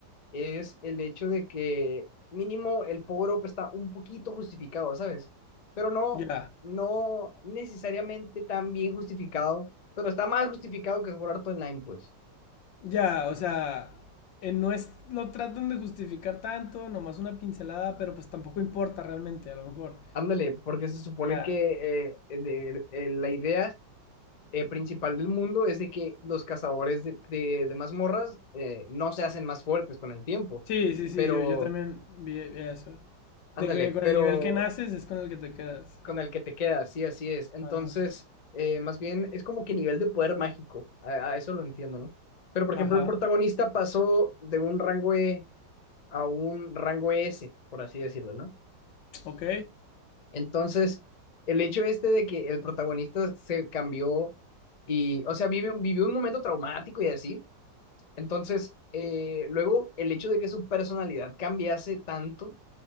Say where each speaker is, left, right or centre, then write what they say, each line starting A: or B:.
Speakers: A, on the left; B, on the left.
A: es el hecho de que mínimo el power up está un poquito justificado, ¿sabes? Pero no,
B: Ya.
A: no necesariamente tan bien justificado, pero está más justificado que jugar todo online, pues.
B: Ya, o sea, eh, no es... Lo tratan de justificar tanto, nomás una pincelada, pero pues tampoco importa realmente, a lo mejor.
A: Ándale, porque se supone
B: Ya.
A: que eh, eh, de- eh, la idea eh, principal del mundo es de que los cazadores de, de, de mazmorras eh, no se hacen más fuertes con el tiempo,
B: Sí, sí, sí,
A: pero,
B: yo, yo también vi, vi eso.
A: ándale,
B: De que con
A: pero...
B: el nivel que naces es con el que te quedas.
A: Con el que te quedas, sí, así es. Entonces,
B: Ajá.
A: eh, más bien es como que nivel de poder mágico, a, a eso lo entiendo, ¿no? Pero, por
B: Ajá.
A: ejemplo, el protagonista pasó de un rango E a un rango S, por así decirlo, ¿no?
B: Ok.
A: Entonces, el hecho este de que el protagonista se cambió y, o sea, vive, vivió un momento traumático y así. Entonces, eh, luego el hecho de que su personalidad cambiase tanto